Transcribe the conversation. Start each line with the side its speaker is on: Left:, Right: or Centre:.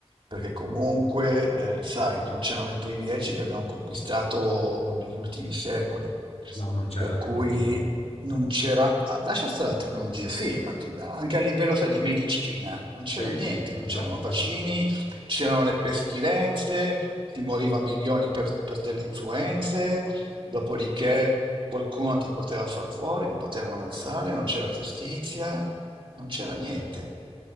Right: perché comunque, eh, sai, non c'erano i privilegi che abbiamo conquistato negli ultimi secoli,
Left: No, non c'era
Right: per
Left: la tecnologia.
Right: cui non c'era, ah, lascia stare la tecnologia, sì, ma ti- anche a livello, sai, di medicina, non c'era
Left: Sì,
Right: niente, non
Left: no,
Right: c'erano
Left: infatti.
Right: vaccini, c'erano le pestilenze, si moriva a milioni per, per delle influenze, dopodiché qualcuno ti poteva far fuori, ti poteva ammazzare, non c'era giustizia, non c'era niente.